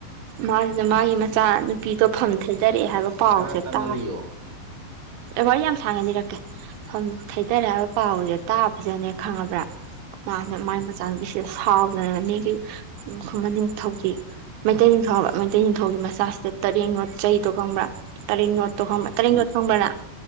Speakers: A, on the right; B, on the right.
A: ꯃꯥꯖꯤꯅ ꯃꯥꯒꯤ ꯃꯆꯥ ꯅꯨꯄꯤꯗꯣ ꯐꯝꯊꯩꯗꯔꯛꯑꯦ ꯍꯥꯏꯕ ꯄꯥꯎꯁꯦ
B: ꯈꯔ ꯇꯞꯅ
A: ꯇ
B: ꯂꯤꯌꯣ
A: <unintelligible> ꯋꯥꯔꯤ ꯌꯥꯝ ꯁꯥꯡꯅ ꯂꯤꯔꯛꯀꯦ ꯐꯝ ꯊꯩꯗꯔꯛꯑꯦ ꯍꯥꯏꯕ ꯄꯥꯎꯖꯦ ꯇꯥꯕꯖꯅꯦ ꯈꯪꯉꯕ꯭ꯔꯥ ꯃꯥꯅ
B: ꯎꯝ
A: ꯃꯥꯏ ꯃꯆꯥꯅꯨꯄꯤꯁꯤꯗ ꯁꯥꯎꯗꯅ ꯃꯤꯒꯤ ꯎꯝ ꯈꯨꯃꯟ ꯅꯤꯡꯊꯧꯒꯤ ꯃꯩꯇꯩ ꯅꯤꯡꯊꯧ ꯃꯩꯇꯩ ꯅꯤꯡꯊꯧꯒꯤ ꯃꯆꯥꯁꯤꯗ ꯇꯔꯦꯡꯌꯣꯠ ꯆꯩꯗꯣ ꯈꯪꯕ꯭ꯔꯥ ꯇꯔꯦꯡ ꯌꯣꯠꯇꯣ
B: ꯎꯝ
A: ꯈꯪꯕ꯭ꯔ ꯇꯔꯦꯡ ꯌꯣꯠ ꯈꯪꯕ꯭ꯔ ꯅꯪ